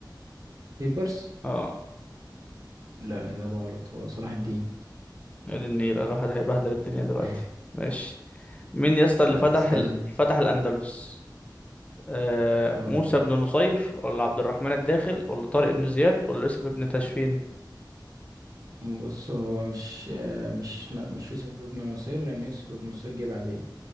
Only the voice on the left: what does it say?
اه
يا دي النيل الواحد هيبهدل الدنيا دلوقتي
ماشي مين يا اسطى
اللي فتح
ال... فتح الاندلس آه
موسى بن نصير ولا عبد الرحمن الداخل ولا طارق بن زياد ولا يوسف بن تاشفين